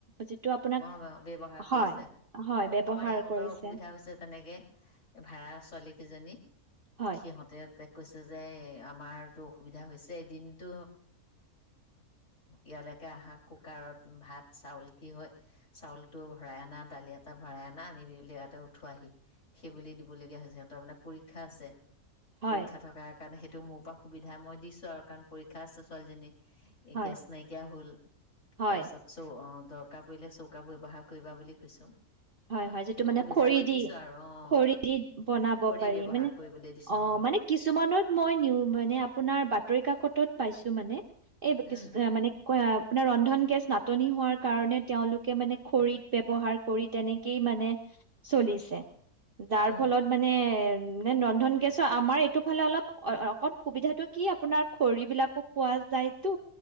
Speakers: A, on the right; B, on the left.
A: যিটো আপোনাক
B: <unintelligible> ব্যৱহাৰ
A: হয়
B: কৰিছে,
A: হয় ব্যৱহাৰ
B: আমাৰ ইহঁতৰ
A: কৰিছে
B: অসুবিধা হৈছে তেনেকে ভাড়া ছোৱালীকেইজনী,
A: হয়
B: সিহঁতে তেওঁক কৈছে যে আমাৰতো অসুবিধা হৈছে এদিনটো ইয়ালৈকে আহা কুকাৰত ভাত চাউল কি হয় চাউলটো ভৰাই অনাত দালি এটা ভৰাই আনা আনিমেলি ইয়াতে উঠোৱাহি সেইবুলি দিবলগীয়া হৈছে সিহঁতৰ মানে পৰীক্ষা আছে
A: হয়
B: পৰীক্ষা থকাৰ কাৰণ সেইটো মোৰ পৰা সুবিধা মই দিছোঁ আৰু কাৰণ পৰীক্ষা আছে ছোৱালীজনী এই
A: হয়
B: গেছ য়া হ'ল
A: হয়
B: তাৰপাছত চৌ অ দৰকাৰ পৰিলে চৌকা ব্যৱহাৰ কৰিবা বুলি কৈছোঁ
A: হয় হয় যিটো
B: সেইটো
A: মানে
B: সুবিধা
A: খৰিদি
B: কৰি দিছোঁ আৰু অঁ
A: খৰিদি বনাব
B: খৰি
A: পাৰি
B: ব্যৱহাৰ
A: মানে
B: কৰিবলৈ দিছোঁ
A: অ
B: অঁ
A: মানে কিছুমানত মই নিওঁ মানে আপোনাৰ বাতৰি কাকতত পাইছো মানে এই কিছ
B: উম
A: মানে ক আপোনাৰ ৰন্ধন গেছ নাটনি হোৱাৰ কাৰণে তেওঁলোকে মানে খৰিত ব্যৱহাৰ কৰিত তেনেকেই মানে চলিছে যাৰ
B: উম
A: ফলত মানে নে ৰন্ধন গেছৰ আমাৰ এইটো ফালে অলপ অ অকণ সুবিধাতটো কি আপোনাৰ খৰি বিলাকো পোৱা যায়তো